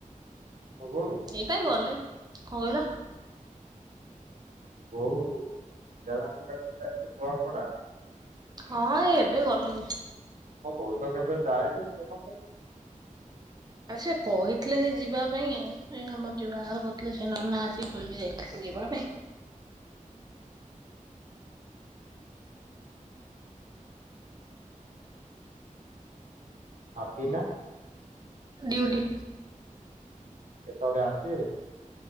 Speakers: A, on the right; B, on the right.
A: ମୋ ବୋଉ
B: ଏଇ ପାଗଲେ। ହଉଲା।
A: ହୋ ଦଙ୍କରେ ଯାଇି ନୂଆପଢଡା।
B: ହଁ ଏ ଏବେ ଗଲେ।
A: ମୋ ବୋଉ ତ କେବେ ଯାଏନି ସେ
B: ଆ ସେ କହିଥିଲେ ସେ ଯିବା ପାଇଁ ଆଉ ସେ ଆମର ଯୋଉ ବାହାଘ କରିଥିଲେ ସେ ନନା ଆସି ବଲ ଯାଇଥିଲେ ଯିବା ପାଇଁ
A: ହାପି ନା।
B: ଡିଉଡି।
A: କେତେବେଳେ ଆସିବେ?